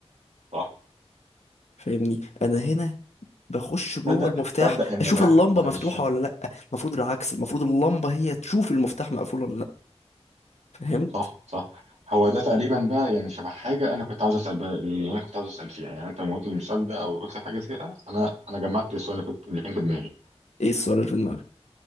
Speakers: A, on the right; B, on the left.
A: صح
B: فاهمني انا هنا بخش جوه
A: تصدق
B: المفتاح
A: تصدق ان
B: اشوف
A: ده
B: اللمبه
A: معلش
B: مفتوحه ولا لا المفروض العكس المفروض اللمبه هي تشوف المفتاح مقفول ولا لا فهمت
A: صح صح هو ده تقريبا بقى يعني شبه حاجه انا كنت عاوز اسال بقى اللي انا كنت عاوز اسال فيها يعني انت لما قلت المثال ده او قلت حاجه كده انا انا جمعت السؤال اللي كنت اللي كان في دماغي
B: ايه السؤال اللي في دماغك